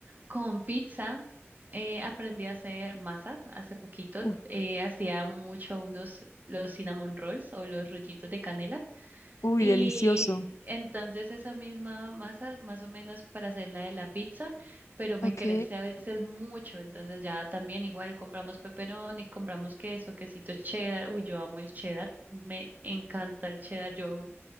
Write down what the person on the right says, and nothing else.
con pizza. Eh, aprendí a hacer masa hace poquito.
eh, hacía mucho unos los cinnamon rolls o los rollitos de canela.
Y
entonces esa misma masa, más o menos para hacer la de la pizza, pero me
crece a veces mucho. Entonces ya también igual compramos pepperoni, compramos queso, quesito cheddar. Uy, yo amo el cheddar. Me encanta el cheddar. Yo